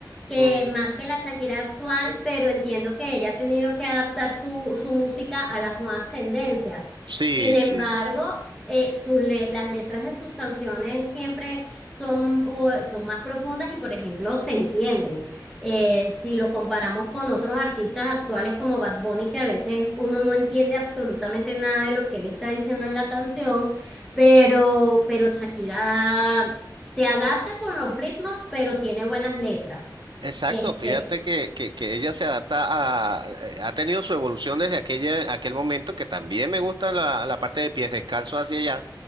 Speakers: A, in the centre; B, on the right.
A: que
B: Mm,
A: más que la Shakira actual, pero entiendo que ella ha tenido que adaptar su, su música a las nuevas tendencias.
B: sí,
A: Sin embargo,
B: sí.
A: eh, sus le- las letras de sus canciones siempre son, u- son más profundas y, por ejemplo, se entienden. Eh, si lo comparamos con otros artistas actuales como Bad Bunny, que a veces uno no entiende absolutamente nada de lo que él está diciendo en la canción pero, pero Shakira se adapta con los ritmos, pero tiene buenas letras.
B: Exacto,
A: Este,
B: fíjate que, que, que ella se adapta a, eh, ha tenido su evolución desde aquella, aquel momento, que también me gusta la, la parte de pies descalzos hacia allá,